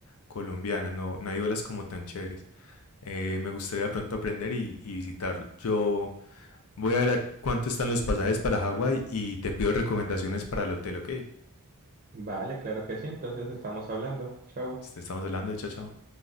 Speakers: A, on the left (about 75°); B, on the right (about 40°).
A: colombianas, no, no hay olas como tan chéveres. eh, me gustaría de pronto aprender y, y visitarlo. Yo voy a ver a cuánto están los pasajes para Hawái y te pido recomendaciones para el hotel, ¿ok?
B: Vale, claro que sí, entonces estamos hablando. Chao.
A: Estamos hablando de chao, chao.